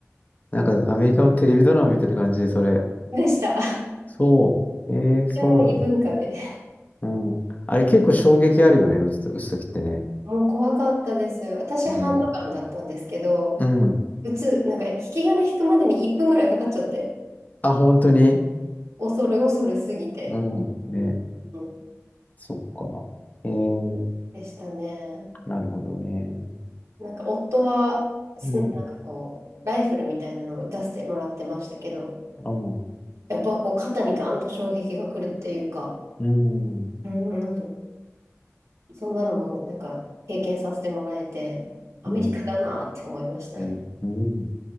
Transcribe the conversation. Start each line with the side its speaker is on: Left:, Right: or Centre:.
Left: なんかアメリカのテレビドラマ見てる感じで、
Right: うん
Left: それ。
Right: でした。
Left: そう。えー、
Right: ても異文化で。
Left: そうなんだ。
Right: <laughs>
Left: うん。あれ結構衝撃あるよね、打つと、打つときってね。
Right: もう怖かったです。私、
Left: ね
Right: ハンドガンだったんですけど、
Left: え。うん。
Right: 撃つ、なんか、引き金引くまでに1分ぐらいかかっちゃって、
Left: あ、本当に
Right: 恐る恐るすぎて、
Left: うん。ね
Right: うん
Left: そっか。えー、
Right: でしたね。
Left: なるほどね。
Right: なんか、夫は、すなんかこう、
Left: うん。
Right: ライフルみたいなのを撃たせてもらってましたけど、
Left: うん。
Right: やっぱこう、肩にガンと衝撃が来るっていうか、
Left: うん。
Right: うんそんなのも、なんか、経験させてもらえて、アメリカだなって思いましたね。
Left: うん。ねうん